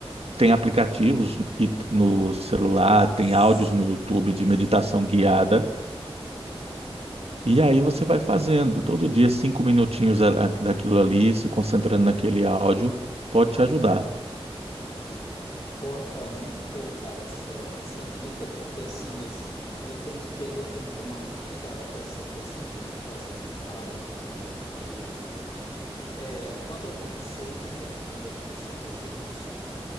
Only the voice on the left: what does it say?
Sim,
sim.
Pô, Rafael, muito boa, cara, essa, essa dica, porque assim, mas eu tenho que ter, eu tenho que tomar muito cuidado com essa <laughs> coisa de fazer deitado, Rafael, porque é, quando eu comecei, <laughs> né, quando eu comecei a fazer isso,